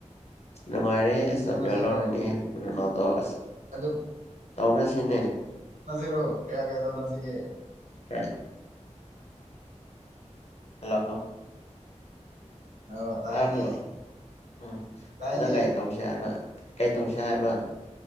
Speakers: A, on the left; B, on the right.
A: ꯅꯨꯡꯉꯥꯏꯔꯦꯁ
B: ꯕꯦꯠꯇꯤꯡ
A: ꯆꯥꯕꯦꯜ
B: ꯇꯧꯅꯁꯤꯔꯣ
A: ꯂꯧꯔꯅꯤꯣꯅꯥꯗꯣ ꯑꯁ
B: ꯑꯗꯨ
A: ꯇꯧꯅꯁꯤꯅꯦ
B: ꯣ ꯀꯌꯥ ꯀꯌꯥꯗꯅ ꯁꯤꯒꯦ
A: ꯀꯥꯏ ꯍꯜꯂꯣ
B: ꯑꯣ ꯇꯥꯏꯅꯦ
A: ꯇꯥꯕ꯭ꯔꯣ ꯎꯝ
B: ꯇꯥꯏꯅꯦ
A: ꯑꯗꯣ ꯀꯔꯤ ꯇꯧꯁ ꯍꯥꯏꯕ ꯀꯩ ꯇꯧꯁꯦ ꯍꯥꯏꯕ